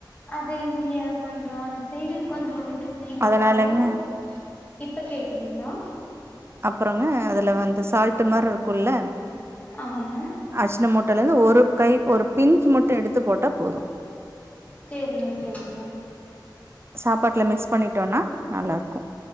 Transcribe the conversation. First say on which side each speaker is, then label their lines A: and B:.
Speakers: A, on the left; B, on the right.
A: அது இங்க கொஞ்சோ அந்த சைடு கொஞ்சோ இது பண்ணிட்டு இருக்காங்களா
B: அதனாலங்க.
A: இப்ப கேக்குதுங்களா
B: அப்பறங்க வந்து சால்ட்டு மாரி இருக்கும்ல
A: ஆமாங்க
B: அஜினமோட்டோல இருந்து ஒரு கை ஒரு பிஞ்ச் மட்டு எடுத்து போட்டா போது
A: சேரிங்க சேரிங்க
B: சாப்பாட்டுல மிக்ஸ் பண்ணிட்டோனா நல்லருக்கு